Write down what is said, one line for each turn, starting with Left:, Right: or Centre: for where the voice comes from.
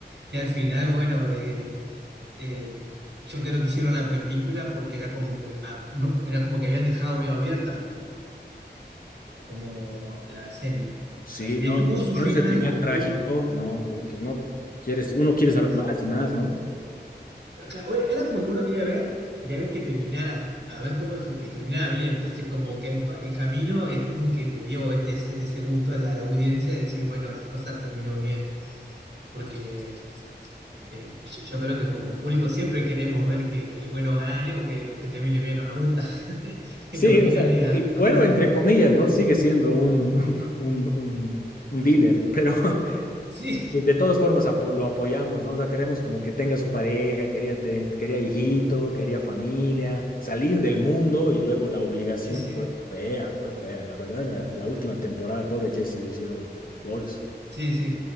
Right: Y al final, bueno, eh, eh, yo creo que hicieron la película porque era como, eh, ah, no, era como que habían dejado medio abierta como la serie.
Left: Sí,
Right: O sea, si
Left: no,
Right: bien tuvo su
Left: con
Right: final,
Left: ese final trágico,
Right: tuvo,
Left: no, puto, no, quieres, uno quiere
Right: entonces,
Left: saber más y más, ¿no?
Right: claro, era como que uno quería ver, quería ver que terminara, a ver cómo que terminaba bien. Entonces, como que el, pa- el camino es como que le dio ese, ese gusto a la, a la audiencia de decir, bueno, las cosas terminó bien. Porque eh, que yo, yo creo que como público siempre queremos ver que, que el bueno gane o que, o que termine bien, no nos gusta <laughs>
Left: Sí,
Right: en los finales
Left: o sea,
Right: a-
Left: y bueno,
Right: amargos.
Left: entre
Right: ¿no?
Left: comillas, ¿no? Sigue siendo un, <laughs> un, un, un dealer, pero <laughs>
Right: Sí,
Left: de todas formas apo- lo apoyamos, ¿no? O sea, queremos como que tenga su pareja, quería, te- quería hijito, quería familia, salir del mundo y luego la obligación
Right: sí, sí,
Left: fue fea, fue fea. La verdad, la, la última temporada, el pobre Jesse lo hicieron bols.
Right: sí, sí,